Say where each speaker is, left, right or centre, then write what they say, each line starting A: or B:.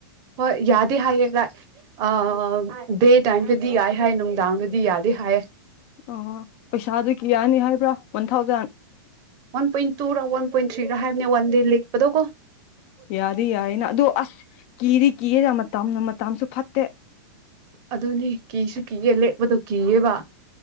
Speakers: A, on the right; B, on the left.
A: ꯍꯣꯏ ꯌꯥꯗꯦ ꯍꯥꯏꯌꯦ ꯑ ꯗꯦ ꯇꯥꯏꯝꯒꯗꯤ ꯌꯥꯏ ꯍꯥꯏ ꯅꯨꯡꯗꯥꯡꯒꯗꯤ ꯌꯥꯗꯤꯦ ꯍꯥꯏꯌꯦ
B: ꯑꯣ ꯄꯩꯁꯥꯗꯨ ꯀꯌꯥꯅꯤ ꯍꯥꯏꯕ꯭ꯔꯥ ꯋꯥꯟ ꯊꯥꯎꯖꯟ
A: ꯋꯥꯟ ꯄꯣꯏꯟ ꯇ ꯔ ꯋꯥꯟ ꯄꯣꯏꯟ ꯇ ꯊ꯭ꯔꯤ ꯔꯦ ꯋꯥꯟ ꯏꯔ ꯂꯤꯦꯛꯄ ꯇꯣ ꯀꯣ
B: ꯌꯥꯗꯤ ꯌꯥꯏꯅ ꯑꯗꯨ ꯑꯁ ꯀꯤꯗꯤ ꯀꯤꯌꯦꯦꯗ ꯃꯇꯝ ꯃꯇꯝꯁꯨ ꯐꯠꯇꯦ
A: ꯑꯗꯨꯅꯤ ꯀꯤꯁꯨ ꯀꯤꯒꯦ ꯂꯦꯛꯄꯗꯣ ꯀꯤꯌꯦꯕ